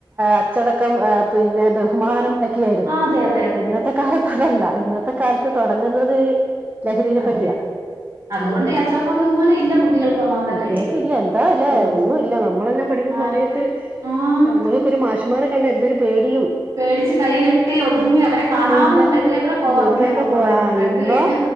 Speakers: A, on the right; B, on the right.
A: അച്ചടക്കം പിന്നെ ബഹുമാനം യിരുന്നു
B: ആ അതെ അതെ അതെ
A: ഇന്നത്തെ കാലത്തതല്ല ഇന്നത്തെ കാലത്ത് തുടങ്ങുന്നത്
B: അതെ
A: ലഹരിനെ
B: അതെ
A: പറ്റിയാ
B: അതുകൊണ്ട് ഈ അച്ചടക്കം ബഹുമാനം ഇല്ല കുട്ടികൾക്ക് ഒന്നാമത്തെ
A: കുട്ടികളെക്കെ
B: കാര്യം
A: ഇല്ല എന്താ അല്ലേ
B: ഇല്ല
A: ഒന്നും ഇല്ല നമ്മളെന്നെ പഠിക്കുന്ന
B: ഞാനൊക്കെ
A: സമയത്ത്
B: ആഹ്
A: നമുളൊക്കൊരു മാഷ്മാരെ കണ്ട എന്തരുപേടി നിയും
B: പേടിച്ച് കൈ കെട്ടി ഒതുങ്ങി അവരെ കാണാതെ
A: പിന്നെ
B: നമ്മൾ എതിലേക്കൂടെ പോവാ
A: ഇവരൊക്കെ
B: അങ്ങനെ പോത്തോളായിരുന്നു
A: വായിന്നോ?
B: കണ്ട് കഴിഞ്ഞ